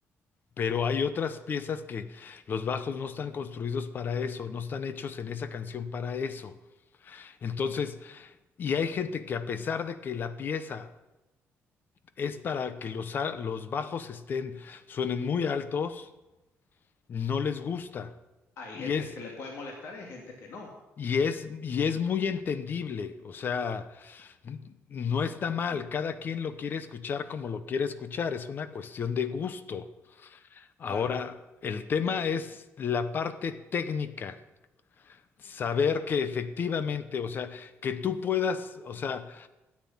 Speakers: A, on the left (about 45°); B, on the left (about 65°).
A: pero hay otras piezas que los bajos no están construidos para eso, no están hechos en esa canción para eso. Entonces, y hay gente que a pesar de que la pieza es para que los, a- los bajos estén, suenen muy altos, no les gusta.
B: Hay
A: Y
B: gente
A: es,
B: que le puede molestar y hay gente que no,
A: y es, y es muy entendible, o sea, n- no está mal, cada quien lo quiere escuchar como lo quiere escuchar, es una cuestión de gusto. Ahora,
B: claro.
A: el tema
B: El
A: es la parte técnica, saber que efectivamente, o sea, que tú puedas, o sea,